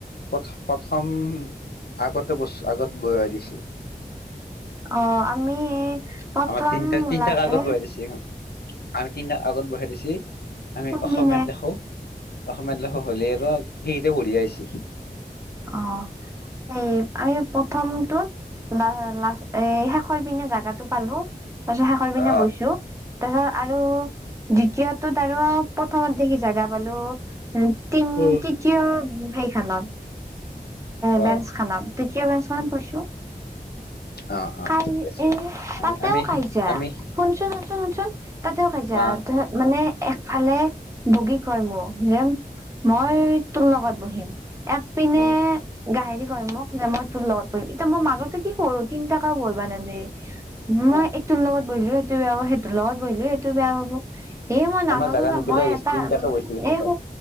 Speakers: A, on the left; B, on the right.
A: প্ৰথ প্ৰথম আগতে বস আগত বোৱাই দিছিল।
B: অ আমি প্ৰথম
A: আমাৰ তিনটা তিনটাক
B: লাগে
A: আগত বহাই দিছে আমি তিনিটা আগত বহাই দিছি আমি
B: কোনদিনে
A: অসমীয়াত লিখো। অসমীয় লেখো হলে আৰু হেৰিতে বঢ়িয়া হৈছি।
B: অ এই আমি প্ৰথমটোত ল লা এ শেষৰ পিনে জাগাটো পালো। শেষৰ পিনে
A: অ
B: গৈছো। ত আৰু দ্বিতীয়টোত আৰু প্ৰথমত দেখি জাগা পালো। উ তিন
A: অ
B: তৃতীয় সেইখনত। বেন্স
A: অ
B: খনত তৃতিও বেঞ্চ খনত বহিছোঁ।
A: অ অ
B: কাই
A: ঠিক আছে
B: এ
A: আমি
B: তাতেও
A: আমি
B: খাইছা
A: আমি
B: শুনচোন শুনচোন তাতেও খাইছা
A: অ
B: ত মানে, একফালে বগী কয় মোক যে, মই তোৰ লগত বহিম এক পিনে
A: উম
B: গাহেৰি য়ে মোক কয় যে মই তোৰ লগত বহিম, এতিয়া মই মাজতে কি কৰোঁ তিনটাকেও বহিব নিদিয়ে। মই
A: অ
B: এইটোৰ লগত বহিলো সেইটো বেয়া পাব সেইটোৰ লগত বহিলো সেইটো বেয়া পাব। এ মই নাজানো
A: আমাৰ জাগা
B: যে
A: নুকুলাই
B: মই
A: গৈছে
B: এটা
A: তিনটাকে বৈছি গৈছে
B: এ
A: তাই।